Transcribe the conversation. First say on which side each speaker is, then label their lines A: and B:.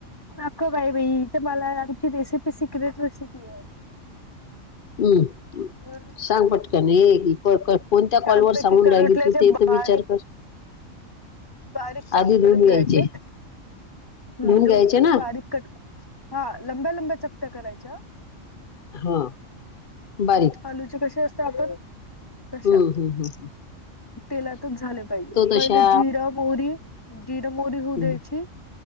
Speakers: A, on the left; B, on the left.
A: नको बाई बाईथ मला आमची रेसिपी सिक्रेट रेसिपी आहे.
B: हम.
A: हम्म,
B: सांग पटकन हे कोण कोणत्या
A: छानपैकी
B: कॉलवर सांगून
A: करुटल्याचे
B: राहिली होती ते तर
A: बारीक
B: विचार कर.
A: बारीक चाप
B: आधी
A: करून
B: धुऊन घ्यायचे
A: घ्यायचेत. घेऊन,
B: धुऊन घ्यायचे
A: घेऊन
B: ना
A: बारीक कट हा लंब्या, लंब्या चकत्या करायच्या.
B: हा
A: हम्म,
B: बारीक.
A: आलूचे कसे असते आपण? तशा
B: हम्म हम् हम् हम्.
A: तेलातच झाले पाहिजे.
B: तशा
A: पहिले जिरं, मोरी, जिरंमोरी होऊ
B: हम्म
A: द्यायची.